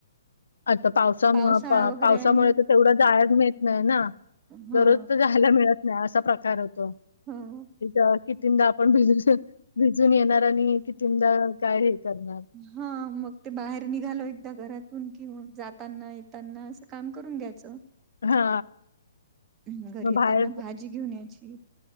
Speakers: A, on the left (about 80°); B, on the right (about 20°).
A: आता पावसामुळे,
B: पावसाळा
A: पा
B: वगैरे
A: पावसामुळे
B: आहे.
A: तर तेवढं जायाच मिळत नाही ना.
B: हा
A: दररोज त जायला मिळत नाही. असा प्रकार होतो.
B: हम.
A: <unintelligible> आपण भिज भिजून येणार आणि कितींदा काय हे करणार?
B: हा. मग ते बाहेर निघालो एकदा घरातून कि मग जाताना येताना असं काम करून घ्यायचं.
A: हा.
B: म घरी
A: मग
B: येताना
A: बाहेर
B: भाजी घेऊन यायची.